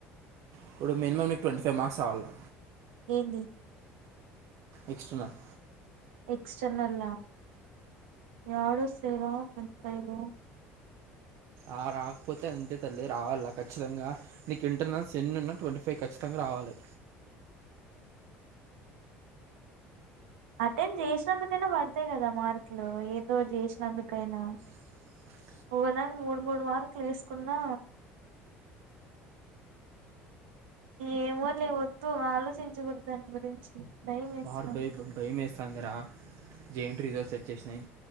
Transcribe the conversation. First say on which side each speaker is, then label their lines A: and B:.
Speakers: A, on the right; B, on the right.
A: ఇప్పుడు మినిమమ్ నీకు ట్వంటీ ఫైవ్ మార్క్స్ రావాలా
B: ఏంది
A: ఎక్స్ట్రానల్
B: ఎక్స్టర్నల్ ఏడ వస్తాయి ట్వంటీ ఫైవ్
A: ఆ రాకపోతే అంతే తల్లి రావాల ఖచ్చితంగా నీకు ఇంటర్నల్స్ ఎన్ ఉన్నా ట్వంటీ ఫైవ్ ఖచ్చితంగా రావాలి
B: అటెండ్ చేసినందుకైనా పడతాయి కదా మార్క్లు ఏంతోటి చేసినందుకైనా
A: అ
B: ఒకదానికి మూడు మూడు వార్కులు వేసుకున్నా ఏమో లే వద్దు ఆలోచించకూడదు దాని గురించి భయం వేస్తాంది
A: వాడు భయం భయం వేస్తుందిరా జేఎన్టీయూ రిజల్ట్స్ వచ్చేసినాయి